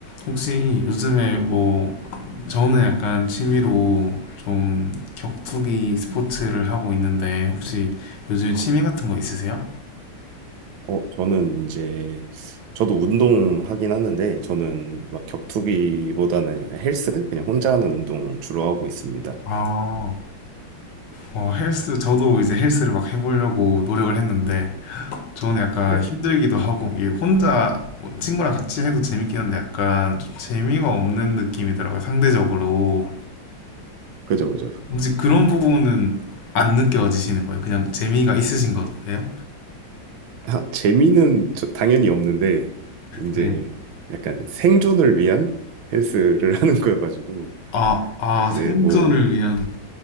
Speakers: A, on the left (about 65°); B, on the right (about 80°).
A: 혹시 요즘에 뭐 저는 약간 취미로 좀 격투기 스포츠를 하고 있는데 혹시 요즘 취미 같은 거 있으세요?
B: 어, 저는 이제 저도 운동하긴 하는데 저는 막 격투기보다는 헬스 그냥 혼자 하는 운동 주로 하고 있습니다.
A: 아, 어, 헬스 저도 이제 헬스를 막 해보려고 노력을 했는데 저는 약간
B: 네,
A: 힘들기도 하고 이게 혼자 뭐 친구랑 같이 해도 재밌긴 한데 약간 좀 재미가 없는 느낌이더라고요 상대적으로
B: 그죠, 그죠. <laughs>
A: 혹시 그런 부분은 안 느껴지시는 거예요? 그냥 재미가 있으신 거예요?
B: 아, 재미는 저- 당연히 없는데 이제
A: 네.
B: 약간 생존을 위한 헬스를 <laughs> 하는 거여가지고
A: 아, 아
B: 이제
A: 생존을
B: 뭐
A: 위한